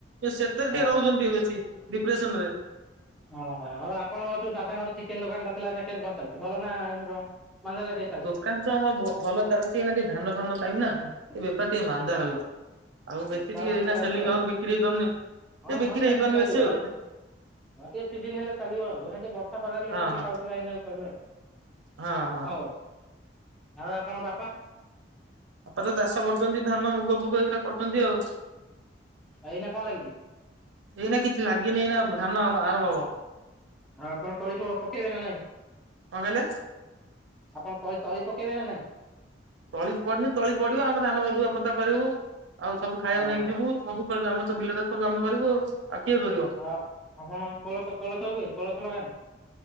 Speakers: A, on the right; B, in the centre.
A: ଏ ସେଥିରେ
B: ହଁ
A: ଟିକେ ରହୁଚନ୍ତି ଟ ବେଶୀ ଡିପ୍ରେସନ ରେ।
B: ଓହୋ ଆଉ ଆପଣଙ୍କ ଯୋଉ ଦାଦାଘର ଚିକେନ ଦୋକାନ ଟା ଥିଲା ଏନା କେମତି କଣ ଚାଲିଚି ଭଲ ନା କଣ? ମାନ୍ଦାଳିଆ ଟିକେ ଚାଲିଛି
A: ଦୋକାନ ତ ଆମର ବୋ ଭଲ ଚାଲିଚି ଏନା ଟିକେ ଧାନ ଫାନ ଟାଇମ ନା
B: ହୁଁ
A: ସେ ବେପାର ଟିକେ ମାନ୍ଦା
B: ଓହୋ
A: ରହୁଚି। ଆଉ ବେଶୀ
B: ବେପାର
A: ଟିକେ
B: ମାନ୍ଦା
A: ଏଇନା
B: ରହୁଛି
A: ସେଲିଂ
B: ଆଉ
A: ହଉନ ବିକ୍ରି ହେଇପାରୁନି ସେ
B: ହଁ
A: ବିକ୍ରି
B: ହଁ ଚାଲିବ
A: ହେଇପାରୁନି
B: ଚାଲିବ
A: ବେଶୀ ଆଉ।
B: ଆ ହଁ ଟିକେ ସିଜିିନ ହେଲେ ଚାଲିବ ଆଉ <unintelligible> ଟିକେ ବର୍ଷାପାଗରେ ଲୋକ
A: ହଁ
B: ଟିକେ
A: ହଁ
B: ଖାଉଥିବାଇ <unintelligible>
A: ହଁ ହଁ।
B: ଆଉ ଆପଣ ବାପା?
A: ବାପା ତ ଚାଷ କରୁଚନ୍ତି ଧାନ ମୁଗ ଫୁଗ ଏଇଗୁଡା କରୁଚନ୍ତି ଆଉ।
B: ଏଇନା କଣ ଲାଗିଚି?
A: ଏଇନା କିଛି ଲାଗିନି ଏଇନା ଧାନ ଆରମ୍ଭ ହବ
B: ଆଉ ଆପଣ ତଳି ପ ପକେଇବେ ନା ନାଇଁ?
A: କଣ କହିଲେ
B: ଆପଣ ତଳି ତଳି ପକେଇବେ ନା ନାଇଁ?
A: ତଳି ପଡିନି ତଳି ପଡିବ ଆମେ ଧାନ ରୁଆପୋତା କରିବୁ ଆଉ ସବୁ ଖାଇଆକୁ
B: ଓହୋ
A: ନେଇକି ଯିବୁ ସବୁ କରିବୁ ଆମର ତ ବିଲରେ ସବୁ ଆମେ କରିବୁ ଆଉ ଆ କିଏ କରିବ?
B: ଅ ଆପଣ କୋଳଥ କୋଳଥ ହୁଏ କୋଳଥ ଲଗାନ୍ତି